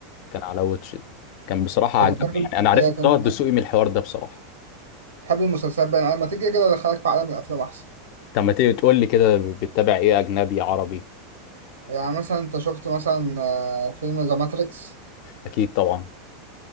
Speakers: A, on the left; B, on the right.
A: كان على واتش إت. كان بصراحه عجبني
B: أنا بتحب المسلسلات
A: يعني انا عرفت
B: أنت
A: طه الدسوقي
B: ها؟
A: من الحوار ده بصراحه
B: بتحب المسلسلات بقى أنا لما تيجي كده أدخلك في عالم الأفلام أحسن
A: طب ما تيجي تقول لي كده بتتابع ايه اجنبي عربي
B: يعني مثلا أنت شفت مثلا آه، فيلم ذا ماتريكس
A: اكيد طبعا